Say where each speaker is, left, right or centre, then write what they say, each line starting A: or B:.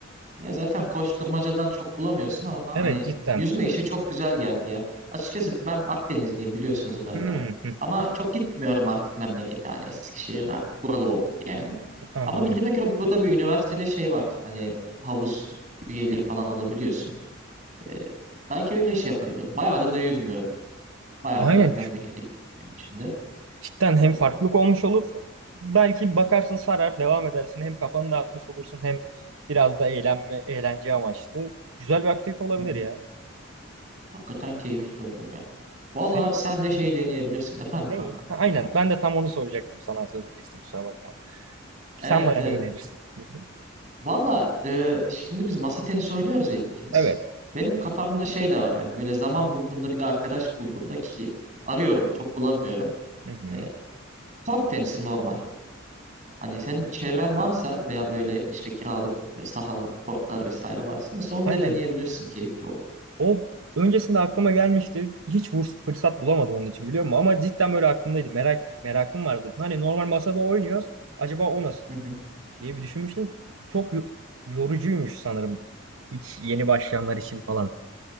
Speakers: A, on the right; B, on the right.
A: Ya zaten koşturmacadan çok bulamıyorsun ama hani
B: Evet cidden.
A: yüzme işi çok güzel geldi ya. Açıkçası ben Akdenizliyim biliyorsun zaten.
B: Hmm,
A: Ama çok gitmiyorum artık memlekete hani Eskişehir'de artık buralı olduk yani.
B: <laughs> anladım.
A: Ama bildiğime göre burada bir üniversitede şey var. Hani havuz üyeliği falan alabiliyorsun. Ee, belki öyle şey yapabilir. Bayağıdır da yüzmüyorum. Bayağıdır
B: Aynen.
A: hani memlekete gittiğim için de.
B: Cidden hem
A: Ee,
B: farklılık olmuş olur. Belki bakarsın sarar, devam edersin. Hem kafanı dağıtmış olursun hem biraz da eğlenme, eğlence amaçlı. Güzel bir aktivite olabilir
A: hı hı.
B: ya.
A: Hakikaten keyifli oldu ya. Valla
B: Senin
A: sen de şey
B: Hı
A: deneyebilirsin. Efendim
B: ne?
A: kanka.
B: Ha, aynen.
A: Pardon.
B: Ben de tam onu soracaktım sana sözünü kestim kusura bakma. Sen
A: Evet
B: bana
A: evet.
B: ne önerirsin? Hı hı.
A: Valla e, şimdi biz masa tenisi oynuyoruz ya ikimiz.
B: Evet.
A: Benim kafamda şey de var hani böyle zaman bulduğumda bir de arkadaş bulduğumda ki arıyorum çok bulamıyorum.
B: Hı hı.
A: E, kort tenisi normal. Hani senin çevren varsa veya böyle işte kiralık e, sahalar, kortlar vesaire varsa mesela onu
B: Aynen.
A: da deneyebilirsin keyifli olur.
B: O öncesinde aklıma gelmişti. Hiç vurs- fırsat bulamadım onun için biliyor musun? Ama cidden böyle aklımdaydı. Merak merakım vardı. Hani normal masada oynuyoruz. Acaba o nasıl
A: Hı hı.
B: diye bir düşünmüştüm. Çok yo- yorucuymuş sanırım. Hiç yeni başlayanlar için falan.